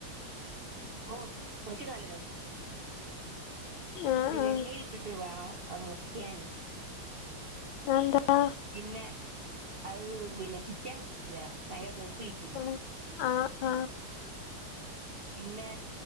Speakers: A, on the right; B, on the left.
A: ഓഹ് പൊര്ച്ച്ട്ട് നല്ല ടേസ്റ്റ്‌ണ്ട്
B: ആഹ്
A: ത് വെണ്ണീര്
B: ആഹ്
A: ട്ടിട്ട് വേണം അത് മുർക്ക്യാന്
B: അതെന്താ?
A: പിന്നെ അത് പിന്നെ പിടിക്കാം കിട്ടൂലാ ഭയങ്കെര കൊഴ്പ്പേയ്ക്കും
B: ഉം ആഹ് അഹ്
A: പിന്നേ